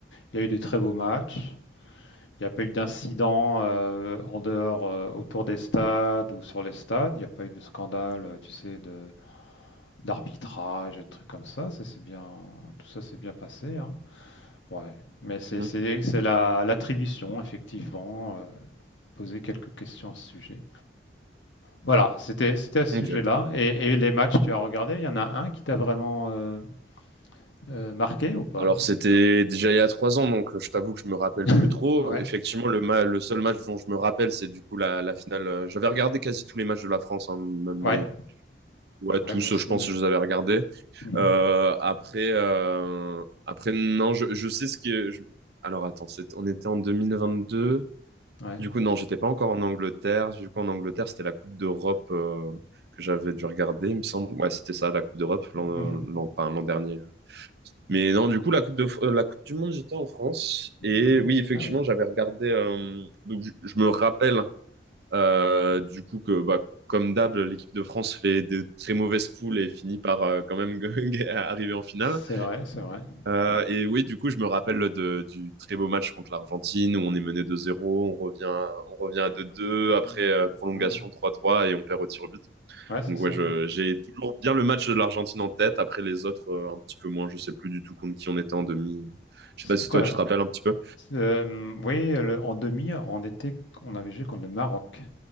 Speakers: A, on the left (about 85°); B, on the right (about 60°).
A: Il y a eu de très beaux matchs. Il n'y a pas eu d'incident, heu, en dehors, heu, autour des stades ou sur les stades. Il n'y a pas eu de scandale, heu, tu sais de d'arbitrage et de trucs comme ça. Ça c'est bien, tout ça s'est bien passé, hein. Ouais. Mais c'est
B: Mhm.
A: c'est- c'est la- l'attribution, effectivement, euh, poser quelques questions à ce sujet. Voilà, c'était c'était à ce
B: Ok.
A: sujet-là. Et, et les matchs, tu as regardé, il y en a un qui t'a vraiment euh, euh, marqué ou pas?
B: Alors c'était déjà il y a trois ans, donc euh, je t'avoue que je me rappelle
A: <laughs>
B: plus trop.
A: Ouais,
B: Effectivement, le, ma le seul match dont je me rappelle, c'est du coup la, la finale. euh, J'avais regardé quasi tous les matchs de la France, hein, même
A: ouais,
B: euh, ouais
A: ouais,
B: tous,
A: moi aussi,
B: euh, je pense
A: ouais.
B: que je les avais regardés.
A: Mhm.
B: Euh, après, euh, après non, je, je sais ce qui. est- je- Alors attends, c'est- on était en 2022.
A: Ouais.
B: Du coup non, j'étais pas encore en Angleterre. Du coup en Angleterre, c'était la Coupe d'Europe euh, que j'avais dû regarder, il me semble. Ouais, c'était ça, la Coupe d'Europe l'an
A: Mhm.
B: l'an enfin, l'an dernier. Mais non, du coup, la Coupe de, Fr- euh, la Coupe du Monde, j'étais en France. Et
A: Mhm.
B: oui, effectivement,
A: Ah oui,
B: j'avais regardé. euh, donc, je, je me rappelle euh, du coup que, bah, comme d'hab, l'équipe de France fait des très mauvaises poules et finit par euh, quand même <laughs> arriver en finale.
A: c'est vrai, c'est vrai.
B: Euh,
A: Ouais.
B: et oui, du coup, je me rappelle de, du très beau match contre l'Argentine où on est mené 2 zéro, on revient, on revient à deux 2
A: Mhm.
B: après euh, prolongation
A: Ouais,
B: trois trois et on perd au tir au but.
A: Ouais, c'est
B: Donc
A: ça.
B: ouais, je-
A: ouais.
B: j'ai toujours bien le match de l'Argentine en tête. Après les autres, euh, un petit peu moins. Je sais plus du tout contre qui on était en demi. euh. Je
A: C'était
B: sais pas si
A: quoi?
B: toi tu te rappelles un petit peu.
A: Hem, oui, le en demi, on était on avait joué contre le Maroc